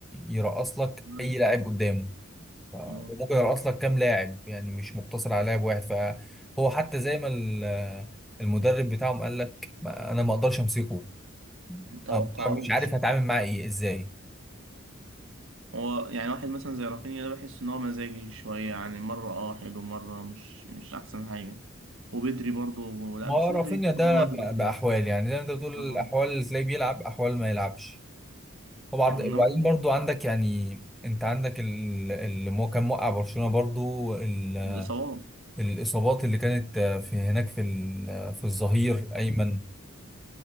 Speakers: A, in the centre; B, on the right.
A: يرقص لك
B: مم.
A: اي لاعب قدامه ف-
B: مم.
A: وممكن يرقص لك كام لاعب يعني مش مقتصر على لاعب واحد فهو حتى زي ما ال- المدرب بتاعهم قال لك ما- انا ما اقدرش امسكه
B: متوقعوش
A: أو مش عارف هتعامل معاه ايه ازاي
B: هو يعني واحد مثلا زي رافينيا ده بحس ان هو مزاجي شويه يعني مره اه حلو مره مش مش احسن حاجه وبدري برضو لا
A: ما
B: بس
A: هو رافينيا
B: بدري
A: ده
B: الوقت
A: ب-
B: ده كويس
A: بأحوال يعني ده انت بتقول
B: طبعا
A: الأحوال اللي تلاقيه بيلعب أحوال ما يلعبش وبعد-
B: نوعا
A: وبعدين برضو عندك يعني انت عندك ال- اللي مو- كان موقع برشلونة برضو ال-
B: ما الاصابات
A: الإصابات اللي كانت في هناك في ال- في الظهير أيمن يعني